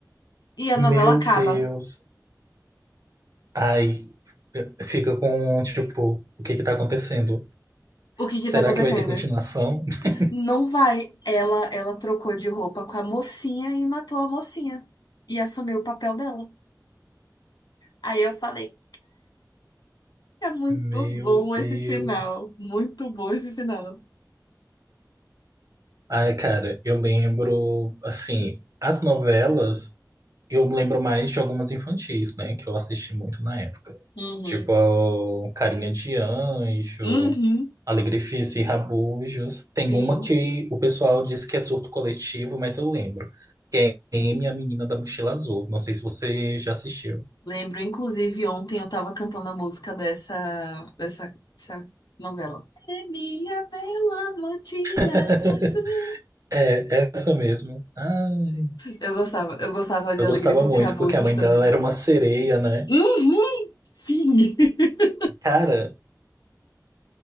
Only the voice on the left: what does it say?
E a
novela acaba.
O que
que tá acontecendo?
Não vai. Ela, ela trocou de roupa com a mocinha e matou a mocinha. E assumiu o papel dela. Aí eu falei, é muito
bom esse
final. Muito bom esse final.
Uhum.
Uhum.
Sim.
Lembro, inclusive, ontem eu tava cantando a música dessa, dessa, dessa novela. É minha bela mochila
azul.
Eu gostava, eu gostava de
Alegria
e
Rabujos
também.
Uhum, sim. <laughs>